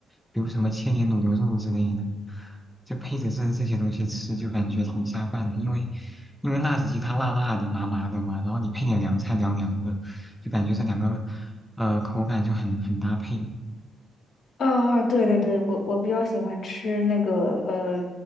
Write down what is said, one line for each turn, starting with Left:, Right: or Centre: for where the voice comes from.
Centre: 比如什么切点卤牛肉之类的，就配着这这些东西吃，就感觉挺下饭的。因为因为辣子鸡它辣辣的、麻麻的嘛，然后你配点凉菜凉凉的，就感觉这两个呃口感就很很搭配。
Left: 啊，对对对，我我比较喜欢吃那个呃